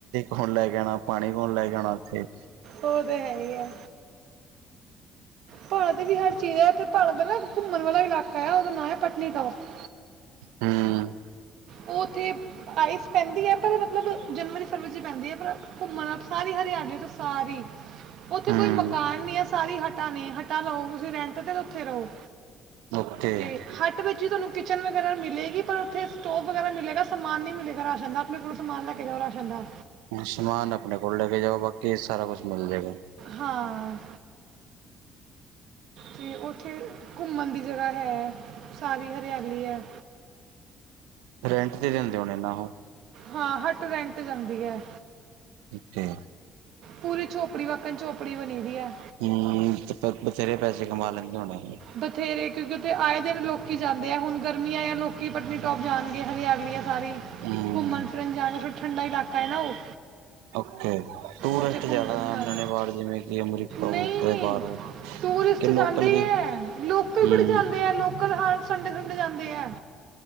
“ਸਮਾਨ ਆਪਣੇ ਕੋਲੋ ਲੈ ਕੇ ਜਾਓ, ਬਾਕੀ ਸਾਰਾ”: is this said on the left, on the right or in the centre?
Right